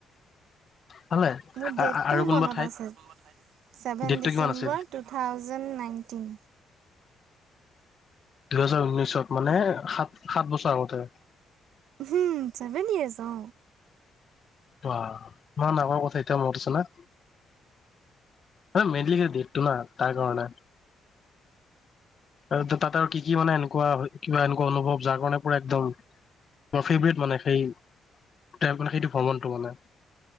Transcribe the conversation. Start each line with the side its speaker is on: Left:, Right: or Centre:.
Left: ভালে
Right: মোৰ দেটটোও
Left: আৰু কোনোবা
Right: মনত
Left: ঠাইত
Right: আছে, চেভেন
Left: ডেটটো
Right: December
Left: কিমান আছিল
Right: two thousand nine tin.
Left: দুহাজাৰ ঊন্নৈছত? মানে সাত সাত বছৰ আগতে।
Right: উম ছেভেন ইয়োৰছ অ।
Left: বা ইমান আগৰ কথা এতিয়া মনত আছে না আৰে মেইলি ডেটতো না তাৰ কাৰণে। আৰু তাত আৰু কি কি মানে এনেকুৱা কিবা এনেকুৱা অনুভৱ যাৰ কাৰণে পুৰা একদম ফেভৰেট মানে সেই মানে সেইটো ভ্ৰমণটো মানে।